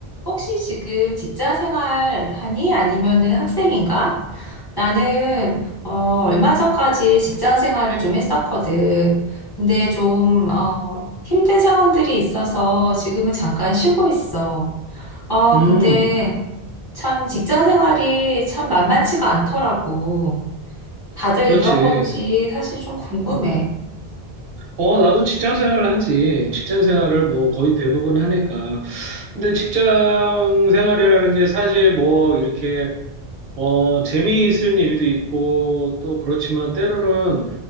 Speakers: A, on the left; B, on the right.
A: 혹시 지금 직장 생활 하니? 아니면은 학생인가? 나는, 어, 얼마 전까지 직장 생활을 좀 했었거든. 근데 좀, 어, 힘든 상황들이 있어서 지금은 잠깐 쉬고 있어. 어,
B: 음,
A: 근데 참 직장 생활이 참 만만치가 않더라고. 다들
B: 그렇지.
A: 이런 건지 사실 좀 궁금해.
B: 어, 나도 직장 생활을 하지. 직장 생활을 뭐 거의 대부분 하니까. 근데 직장 생활이라는 게 사실 뭐 이렇게, 어, 재미있은 일도 있고 또 그렇지만 때로는